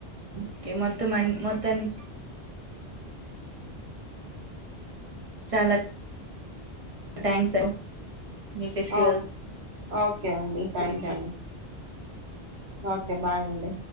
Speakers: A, on the right; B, on the right.
A: ఓకే మొత్తం మొత్తాన్ని చాలా థ్యాంక్స్ స మీ ఫెస్టివల్స్
B: ఓ ఓకే అండి థ్యాంక్
A: గురించి
B: యూ అండి ఓకే అండి